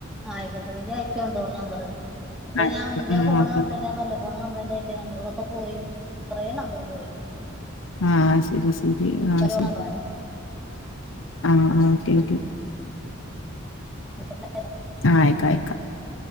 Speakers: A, in the centre; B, on the left.
A: ആയിക്കോട്ടെ ഇജ് അയക്കോണ്ടൂ ഓളെ നമ്പറ് മറ്റേത്
B: ആഹ്
A: ഞാൻ ഇന്റെ
B: ഉം
A: ഫോണ്
B: ഓക്കെ
A: കംപ്ലെയ്ൻ്റാന്നല്ലോ ഫോണ് കപ്ലൈന്റ് ആയ്ട്ട് നമ്പറോളൊക്കെ പോയി കൊറേ നമ്പറ് പോയി.
B: ആഹ ശരി ശരി ശരി
A: അപ്പൊ
B: ആഹ
A: അയില് ഓളെ
B: ശരി
A: നമ്പർ പോയതാ
B: ആഹ ഓക്കെ ഓക്കെ
A: അ
B: ആഅയക്കാം, അയക്കാം